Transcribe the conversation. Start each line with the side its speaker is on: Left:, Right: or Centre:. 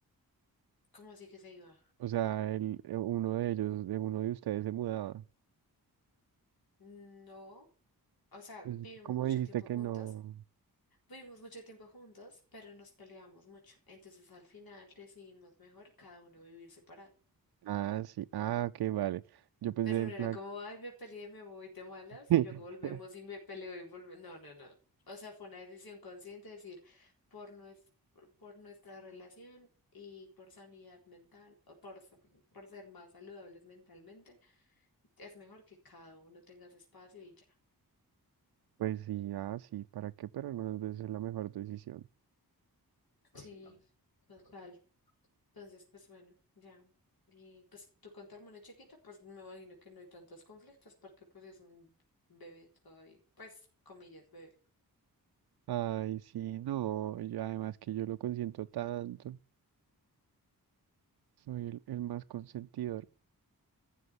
Left: ¿Cómo así que se iba?
Right: O sea, el, eh, uno de ellos, de uno de ustedes se mudaba.
Left: No, o sea,
Right: Pues,
Left: vivimos
Right: ¿Cómo
Left: mucho
Right: dijiste
Left: tiempo
Right: que
Left: juntos,
Right: no?
Left: vivimos mucho tiempo juntos, pero nos peleamos mucho. Entonces al final decidimos mejor cada uno vivir separado.
Right: Ah, sí, ah, ok, vale. Yo pensé
Left: Pero
Right: en
Left: no era
Right: plan,
Left: como, ay, me peleé, me voy, te malas,
Right: <laughs>
Left: y luego volvemos y me peleo y volvemos. No, no, no. O sea, fue una decisión consciente, es decir, por, nues- por por nuestra relación y por sanidad mental, o por, s- por ser más saludables mentalmente, es mejor que cada uno tenga su espacio y ya.
Right: pues sí, ah, sí, ¿para qué? Pero algunas veces es la mejor decisión.
Left: Sí,
Right: Sí.
Left: total. Entonces, pues bueno, ya. Y pues tú con tu hermano chiquito, pues me imagino que no hay tantos conflictos porque pues es un bebé todavía. Pues, comillas, bebé.
Right: Ay, sí, no, y además que yo lo consiento tanto. Soy el, el más consentidor.